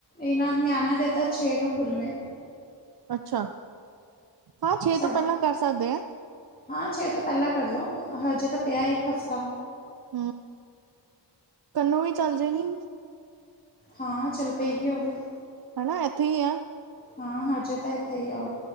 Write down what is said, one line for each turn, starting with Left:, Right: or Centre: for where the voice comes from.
Left: ਏਨਾਂ ਨਿਆਣੇਆਂ ਦੇ ਤਾਂ ਛੇ ਨੂੰ ਖੁੱਲਣੇ।
Right: ਅੱਛਾ, ਹਾਂ ਛੇ
Left: ਸਾਡੇ
Right: ਤੋਂ ਪੈਲਾਂ ਕਰ ਸਕਦੇ ਐ।
Left: ਹਾਂ ਛੇ ਤੋਂ ਪੈਲਾਂ ਕਰਲੋ, ਹਜੇ ਤਾਂ ਪਿਆ ਇੱਕ ਹਫਤਾ।
Right: ਹੂੰ, ਕੰਨੂੰ ਵੀ ਚੱਲ ਜਾਏਗੀ।
Left: ਹਾਂ ਚੱਲ ਪਏਗੀ ਓ ਵੀ।
Right: ਹਨਾ ਏਥੇ ਈ ਆਂ।
Left: ਹਾਂ ਹਜੇ ਤਾਂ ਏਥੇ ਈ ਐ ਓ।